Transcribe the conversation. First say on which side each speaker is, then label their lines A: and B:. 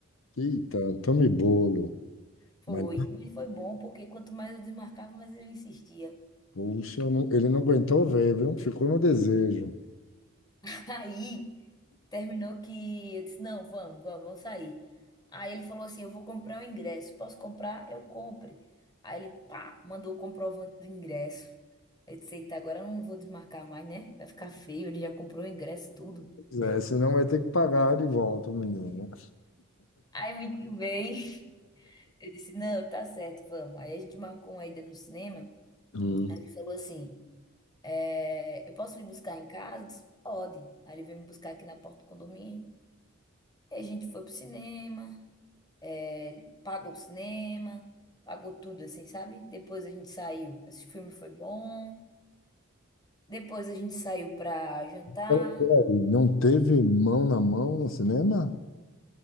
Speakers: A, on the left; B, on the left.
A: Eita, tome bolo.
B: Foi,
A: Mas
B: mas foi bom, porque quanto mais eu desmarcava, mais ele insistia.
A: Puxa, não- ele não aguentou ver, viu? Ficou no desejo.
B: <laughs> Aí. Terminou que eu disse, não, vamos, vamos, vamos sair. Aí ele falou assim, eu vou comprar o ingresso. Posso comprar? Eu compre. Aí ele, pá, mandou o comprovante do ingresso. Eu disse, eita, agora eu não vou desmarcar mais, né? Vai ficar feio, ele já comprou o ingresso, tudo.
A: Pois é, senão vai ter que pagar de volta o menino.
B: Aí, muito bem. <laughs> Eu disse, não, tá certo, vamos. Aí a gente marcou uma ida no cinema.
A: Hum.
B: Aí ele falou assim, é, eu posso lhe buscar em casa? Eu disse, pode. Aí ele veio me buscar aqui na porta do condomínio. Aí a gente foi pro cinema. Ele Pagou o cinema, pagou tudo, assim, sabe? Depois a gente saiu. Esse filme foi bom. Depois a gente saiu pra jantar.
A: Pera- peraí, Não teve mão na mão no cinema?